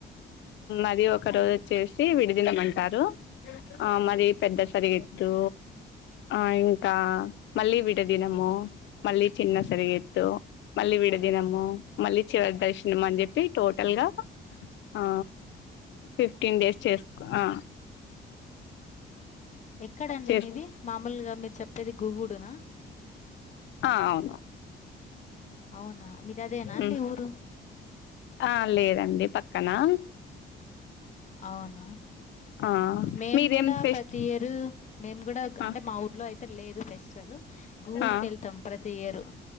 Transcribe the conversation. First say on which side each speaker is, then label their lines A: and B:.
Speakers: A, on the left; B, on the left.
A: అది ఒక రోజు వచ్చేసి విడిదినమంటారు. ఆ మరి పెద్ద సరిగెద్దు ఆ ఇంకా మళ్ళీ విడదినము, మళ్ళీ చిన్న సరిగెత్తు మళ్లీ విడ దినము మళ్ళీ చివరి దర్శనం అని చెప్పి టోటల్గా ఆ ఫిఫ్టీన్ డేస్ చేసుకో ఆ
B: ఎక్కడండి
A: చేస్
B: మీది మామూలుగా మీరు చెప్పేది గుగూడునా.
A: అవును
B: అవునా మీది అదేనా
A: మ్మ్
B: అండి ఊరు?
A: ఆ లేదండి పక్కనా.
B: అవునా
A: ఆ
B: మేము
A: మీరేం
B: కూడా
A: ఫెస్ట్
B: ప్రతి ఇయరు మేము కూడా
A: ఆ
B: అంటే మా ఊర్లో అయితే లేదు ఫెస్ స్టివలు గూవుడికి
A: ఆ
B: వెళ్తాం ప్రతి ఇయరు.